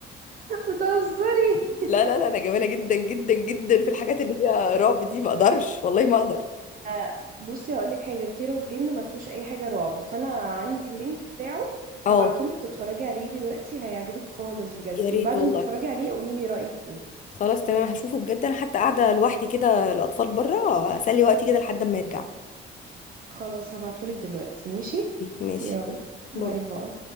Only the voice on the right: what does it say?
بتهزري
لا بصي هقولك حاجه كيرة والجن ما فيهوش اي حاجه رعب فانا عندي اللينك بتاعه
هبعتهولك تتفرجي عليه دلوقتي هيعجبك خالص بجد
وبعد
ما تتفرجي عليه قولي لي رايك ايه
خلاص هبعتهولك دلوقتي ماشي
يلا
باي
باي